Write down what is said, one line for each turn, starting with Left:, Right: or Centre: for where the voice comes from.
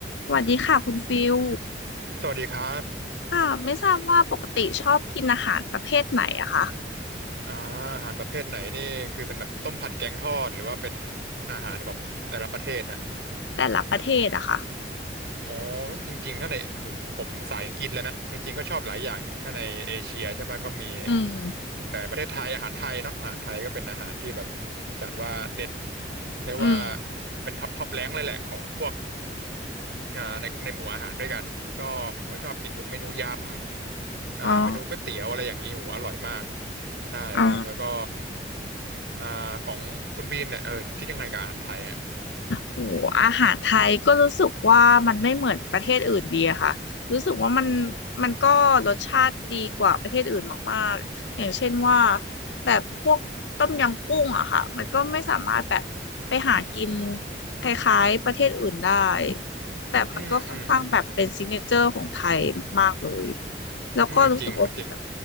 Left: สวัสดีค่ะคุณฟิล
Right: สวัสดีครับ
Left: ค่ะไม่ทราบว่าปกติชอบกินอาหารประเภทไหนอะคะ
Right: อ่าอาหารประเภทไหนนี่คือเป็นแบบต้มผัดแกงทอดหรือว่าเป็นอาหารของแต่ละประเทศฮะ
Left: แต่ละประเทศอะค่ะ
Right: อ๋อจริงๆถ้าในผมผมสายกินเลยนะจริงๆก็ชอบหลายอย่างอย่างถ้าในเอเชียใช่ปะก็มี
Left: อืม
Right: ตั้งแต่ประเทศไทยอาหารไทยเนาะอาหารไทยก็เป็นอาหารที่แบบจัดว่าเด็ดเรียกว่า
Left: อืม
Right: เป็นท็อปท็อปแรงเลยแหละของพวกอ่าในในหมู่อาหารด้วยกันก็ผมก็ชอบกินพวกเมนูยำอ่าเมนูก๋วยเตี๋ยวอะไรอย่างนี้โหอร่อยมาก
Left: อ๋อ
Right: ใช่ครับแล้วก็
Left: อ๋อ
Right: อ่าของคุณบีมเนี่ยเออคิดยังไงกับอาหารไทยอ่ะ
Left: โอ้อาหารไทยก็รู้สึกว่ามันไม่เหมือนประเทศอื่นดีอะค่ะรู้สึกว่ามันมันก็รสชาติดีกว่าประเทศอื่นมากๆ อย่างเช่นว่าแบบพวกต้มยำกุ้งอะค่ะมันก็ไม่สามารถแบบไปหากินคล้ายๆประเทศอื่นได้แบบมันก็ค่อนข้างแบบเป็นซิกเนเจอร์ของไทยมากๆเลย
Right: อืมอืม
Left: แล้วก็รู้สึกว่าแบบ
Right: อืมจริงครับจริง